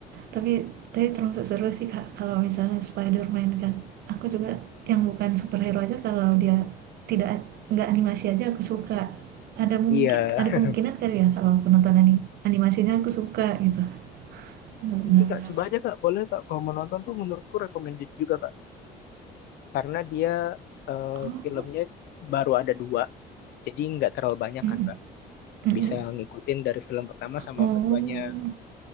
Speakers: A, on the right; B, on the left.
A: tapi tapi termasuk seru sih Kak, kalau misalnya Spiderman kan, aku juga yang bukan superhero aja kalau dia tidak nggak animasi aja aku suka. Ada mungkin
B: iya
A: ada kemungkinan kali ya kalau aku nonton ani animasinya aku suka gitu, bener.
B: mungkin kak coba aja kak boleh kak kalau mau nonton tuh menurutku recommended juga kak karena dia eh,
A: Oh,
B: filmnya baru ada dua jadi nggak terlalu banyak
A: mhm,
B: kan kak
A: mhm,
B: bisa ngikutin dari film pertama sama
A: oh,
B: keduanya